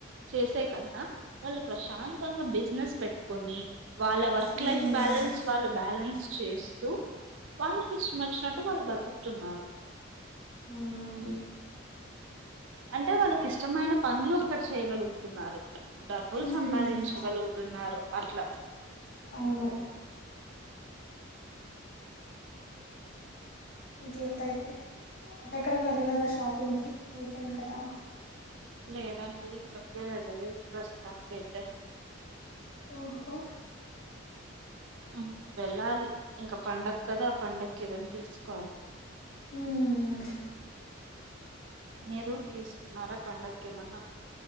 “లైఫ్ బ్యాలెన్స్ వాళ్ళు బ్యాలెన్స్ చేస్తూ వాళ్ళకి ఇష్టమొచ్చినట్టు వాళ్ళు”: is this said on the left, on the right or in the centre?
Right